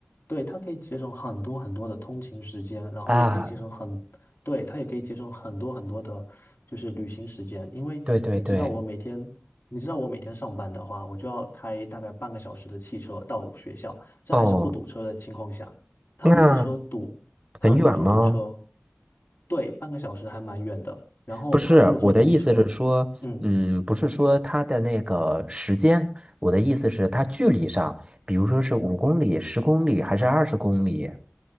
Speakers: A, on the left (about 75°); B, on the right (about 25°).
A: 对，它可以节省很多很多的通勤时间，然后也可以节省很，
B: 啊，
A: 对，它也可以节省很多很多的，就是旅行时间。因为你知道，
B: 对对对，
A: 我每天，你知道我每天上班的话，我就要开大概半个小时的汽车到学校，这还是不堵车的情况下。
B: 哦，
A: 它如果说堵他如果说堵车，
B: 那很远吗？
A: 对，半个小时还蛮远的。然后他如果说堵车，
B: 不是，我的意思是说，
A: 嗯，
B: 嗯，不是说它的那个时间，我的意思是它距离上，比如说是五公里、十公里还是二十公里？